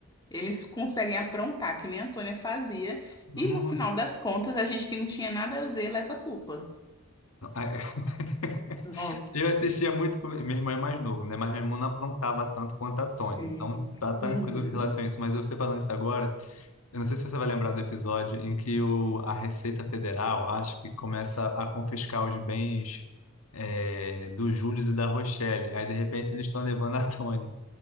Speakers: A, on the left; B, on the left.
A: eles conseguem aprontar, que nem a Antônia fazia,
B: Nossa.
A: e no final das contas, a gente que não tinha nada a ver leva a culpa.
B: Ai, <laughs>
A: Nossa.
B: Eu assistia muito com... Meu irmão é mais novo, né? Mas meu irmão não aprontava tanto quanto a Tony.
A: Sim.
B: Então, tá tranquilo
A: Uhum.
B: em relação a isso. Mas você falando isso agora, eu não sei se você vai lembrar do episódio em que o... a Receita Federal, acho que começa a confiscar os bens... eh, do Júlio e da Rochelle. Aí, de repente, eles estão levando a Tony.